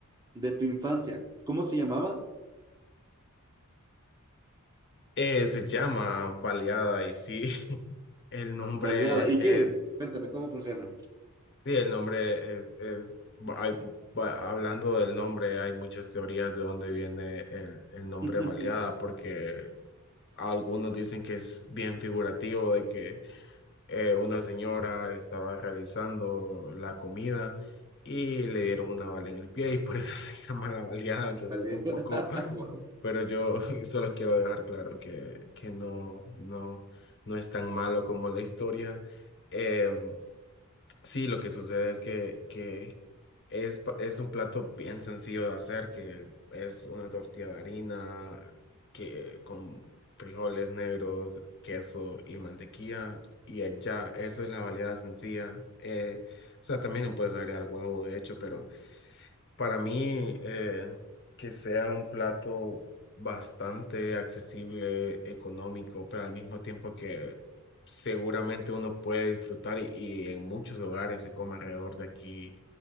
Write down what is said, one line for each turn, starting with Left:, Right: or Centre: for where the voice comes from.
Right: de tu infancia, ¿cómo se llamaba?
Left: Eh, se llama baleada y sí, <laughs> el nombre
Right: Baleada. ¿Y
Left: es
Right: qué es? Cuéntame, ¿cómo funciona?
Left: Sí, el nombre es, es hay- va- hablando del nombre, hay muchas teorías de dónde viene el, el nombre
Right: <laughs>
Left: Baleada, porque algunos dicen que es bien figurativo de que eh, una señora estaba realizando la comida y le dieron una bala en el pie y por eso <laughs> se llama la Baleada. Entonces,
Right: Baleada.
Left: un poco,
Right: <laughs> Wow.
Left: pero yo <laughs> solo quiero dejar claro que, que no, no, no es tan malo como la historia. Em, Sí, lo que sucede es que, que es, pa- es un plato bien sencillo de hacer, que es una tortilla de harina que, con frijoles negros, queso y mantequilla, y ya, esa es la variedad sencilla. Eh, o sea, también le puedes agregar huevo, de hecho, pero para mí, eh, que sea un plato bastante accesible, económico, pero al mismo tiempo que seguramente uno puede disfrutar y, y en muchos hogares se come alrededor de aquí